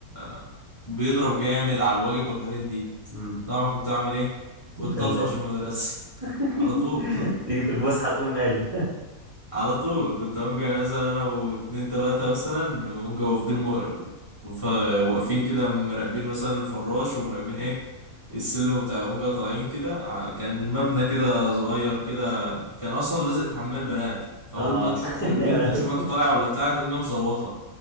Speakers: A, on the left; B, on the right.
A: آه، بيضرب جامد على الواجب والحاجات دي
B: مم.
A: طبعا كنت أعمل إيه؟ كنت
B: تيجي في
A: أطفش
B: ال...
A: المدرسة
B: <laughs>
A: <laughs> على طول
B: تيجي في الفسحه تقوم قالب
A: على طول كنت أونجا مثلا أنا واتنين تلاتة مثلا أونجا واقفين م... ف- واقفين كده مراقبين مثلا الفراش ومراقبين إيه السلم بتاع أونجا طالعين كده ع- كان مبنى كده صغير كده كان أصلا لازق في حمام البنات فأول
B: اه
A: ما تشوف
B: <laughs>
A: بنت
B: يا لهوي
A: تشوفك طالع ولا بتاع تقوم جاي مصوتة